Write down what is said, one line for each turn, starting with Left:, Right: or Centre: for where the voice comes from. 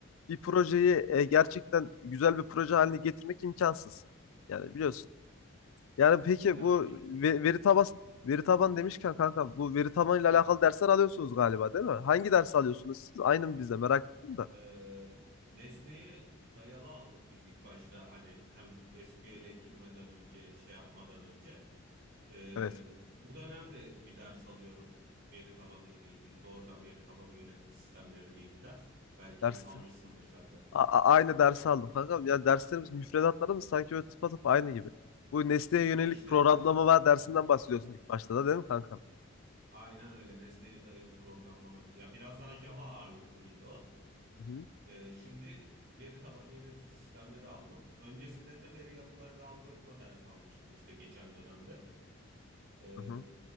Left: bir projeyi e, gerçekten güzel bir proje haline getirmek imkansız. Yani biliyorsun. Yani peki
Right: Yani
Left: bu
Right: bi-
Left: ve- veri taban veri taban demişken kanka bu veri tabanıyla alakalı dersler alıyorsunuz galiba değil mi? Hangi ders alıyorsunuz siz? Aynı mı bizde merak ettim de.
Right: Ee, nesneyi dayalı aldık biz ilk başta hani hem SQL'e girmeden önce şey yapmadan önce. Ee,
Left: Evet.
Right: bu dönemde bir ders alıyorum veri tabanı ile ilgili doğrudan veri tabanı yönetim sistemleri diye bir ders. Belki
Left: Ders.
Right: almışsındır sen de.
Left: A- a- aynı dersi aldım kankam. Ya derslerimiz, müfredatlarımız sanki böyle tıpatıp aynı gibi. Bu nesneye yönelik
Right: Ya işte
Left: programlama dersinden bahsediyorsun ilk başta da değil mi kankam?
Right: aynen öyle nesneye dayalı programlama. Ya biraz daha Java ağırlıklıydı o.
Left: Hı hı.
Right: Ee, şimdi veri tabanı yönetim sistemleri aldım. Öncesinde de veri yapıları ve algoritma dersi almıştım işte geçen dönemde. Ee,
Left: Hı hı.